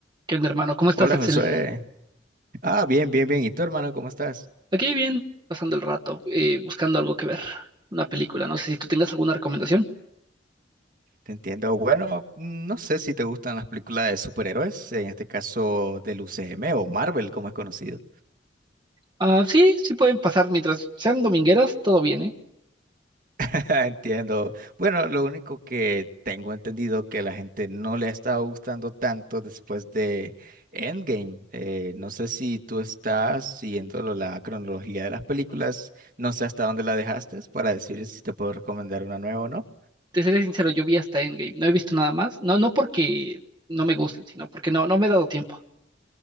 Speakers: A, on the right; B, on the right.
A: ¿Qué onda, hermano? ¿Cómo estás,
B: Hola
A: Axel?
B: José. Ah, bien, bien, bien. ¿Y tú, hermano, cómo estás?
A: Aquí bien, pasando el rato, eh, buscando algo que ver, una película. No sé si tú tengas alguna recomendación.
B: Te entiendo. Bueno, mm, no sé si te gustan las películas de superhéroes, en este caso del UCM o Marvel, como es conocido.
A: Ah, sí, sí pueden pasar mientras sean domingueras, todo bien, ¿eh?
B: <laughs> Entiendo. Bueno, lo único que tengo entendido que la gente no le ha estado gustando tanto después de Endgame. Eh, no sé si tú estás siguiendo lo- la cronología de las películas, no sé hasta dónde la dejaste para decir si te puedo recomendar una nueva o no.
A: Te seré sincero, yo vi hasta Endgame, no he visto nada más. No, no porque no me gusten, sino porque no, no me he dado tiempo.